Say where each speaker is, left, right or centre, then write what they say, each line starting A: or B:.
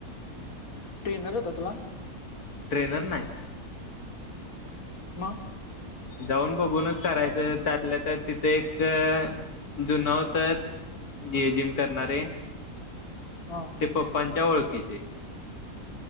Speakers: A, on the left; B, on the left.
A: ट्रेनर होता तुला?
B: ट्रेनर नाही. <inaudible>
A: म
B: जाऊन बघूनच करायचं त्यातल्या तर तिथे एक जुन होतत जे जिम करणारे.
A: हा
B: ते पप्पांच्या ओळखीचे.